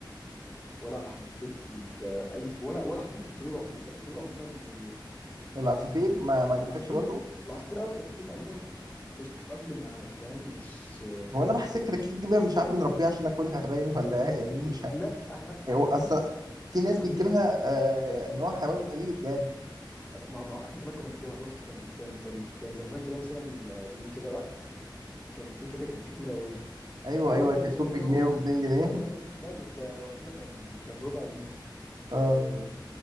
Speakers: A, on the left (about 20°); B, on the right (about 55°).
A: ولا حبيت ال- اي ولا ولا حبيت الطيور عموما لان الطيور عموما
B: العصافير ما ما عجبتكش
A: العصافير
B: برضو
A: العصافير او كتاكيت عموما مش بتتاقلم معاك فاهم مش
B: هو انا بحس الكراكيت دي بقى مش عارف بنربيها عشان ناكلها باين ولا إيه؟ يعني مش عارف
A: لا احنا
B: يعني
A: احنا
B: هو اصلا
A: زمان
B: في ناس
A: احنا
B: بتجيبها
A: زمان
B: آه ان هو حيوان اليف يعني
A: ما ما- احنا زمان كنا بنجيبها بص كان كان كان كان زمان كده مثلا بيجي كده وقت كان في كده كتاكيت ملونه
B: ايوه
A: فهو
B: ايوه
A: كان
B: كانت
A: شكلهم
B: بجنيه و2 جنيه
A: ايوه لا ده ده وقتنا كان كان بربع جنيه
B: <laughs> اه
A: آه،